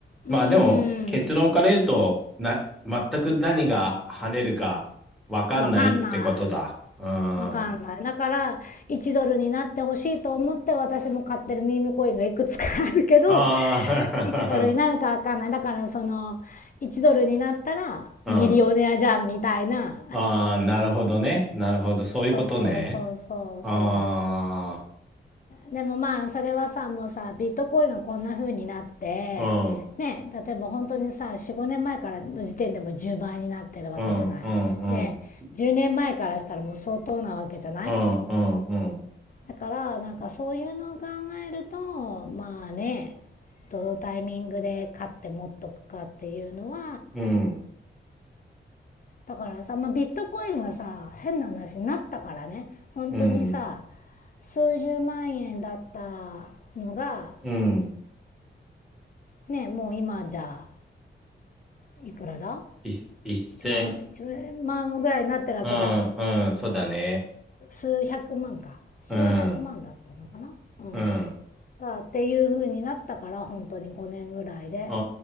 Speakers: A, on the left; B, in the centre.
A: ーん
B: まあでも、結論から言うと、な、全く何が跳ねるかわかんないってことだ。
A: わかんな
B: うん。あ
A: いわかんないだから1ドルになってほしいと思って私も買ってるミームコインがいくつかあるけど
B: あ、
A: 1ドルになるかわかんないだからその1ドルになったらミリオネアじゃんみたいな
B: <laughs> うん。ああ、なるほどね。なるほど。そういうことね。
A: そうそうそうそうそ
B: あ
A: うでもまあそれはさもうさビットコインがこんな風になってね例えば本当にさ45年前からの時点でも10倍になってるわけじゃない
B: あ、うん、うん、うん、う
A: で10年前からしたらもう相当なわけじゃない
B: ん、うん、うん、
A: だからなんかそういうのを考えるとまあねどのタイミングで買って持っとくかっていうのは
B: うん、
A: だからさ、まあ、ビットコインはさ変な話になったからね本当にさ
B: うん、
A: 数十万円だったのが
B: うん。
A: ねもう今じゃいくらだ
B: い一線、
A: 1万1万ぐらいになってるわけじゃん
B: うん、うん、そうだね。
A: 数百万か数百万だったのかなうん
B: うん、うん。
A: だっていう風になったから本当に5年ぐらいで
B: あ